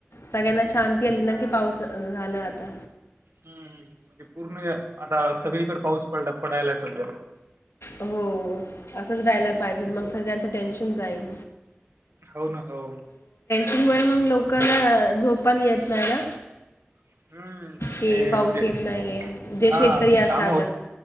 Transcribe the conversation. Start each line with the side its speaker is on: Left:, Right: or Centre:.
Left: सगळ्यांना शांती आली ना कि पाऊस झाला आता.
Right: हम्म म्हणजे पूर्ण आता सगळीकडे पाऊस पडला पडायला सद्या.
Left: हो असंच राहायला पाहिजे मग सगळ्यांच टेन्शन जाईन.
Right: हो ना हो.
Left: य मग लोकला झोपान येत नाही ना?
Right: हम्म
Left: ते पाऊस
Right: म्हणजे
Left: येत नाहीे जे
Right: हा
Left: शेतकरी असतात.
Right: काम